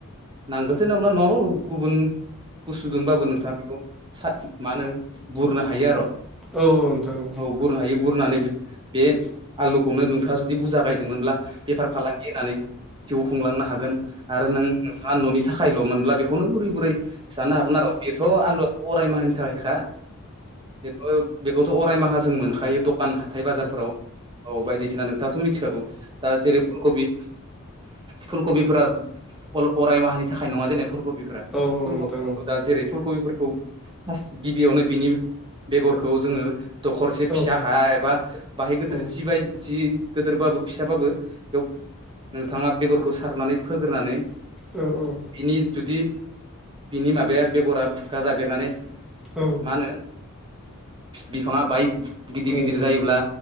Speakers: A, on the right (about 20°); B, in the centre.
A: नांगोलदो नंङाबाबो गुबुन बुस्तुजोंबाबो नोंथाङा बेखौ मा होनो बुरनो हायो आरो
B: औ औ नोंथां औ
A: बुरनो हायो बुरनानै बे आलुखौनो नोंथाङा जुदि बुरजा गायदोंमोनब्ला बेफार फालांगि होननानै जिउ खुंलांनो हागोन आरो नों नोंथाङा न'नि थाखायल' मोनब्ला बेखौनो बुरै बुरै जानो हागोन आरो बेथ' आलुआथ' अराय माहानि थाखायखा। बेथ' बेखौथ' अराय माहा जों मोनखायो द दखान हाथाय बाजारफोराव औ बायदिसिना नोंथाङाथ' मिथिखागौ दा जेरै फुलकबि फुलक'बिफोरा अराय माहानि थाखाय नङा दिनै फुलक'बि फुलकबि
B: औ नोंथां
A: दा जेरै फुल कबिफोरखौ फार्स्ट गिबियावनो बिनि बेगरखौ जोङो दखरसे फिसा
B: औ
A: हाया एबा बाहाय गिदिर
B: औ
A: जि बाय जि गिदेरबाबो फिसाबाबो बेयाव नोंथाङा बेगरखौ सारनानै फोग्रोनानै
B: औ औ
A: बिनि जुदि बिनि माबाया बेगरा गाजा बेरनानै
B: औ
A: मा होनो बिफाङा बाय गिदिर
B: औ
A: गिदिर जायोब्ला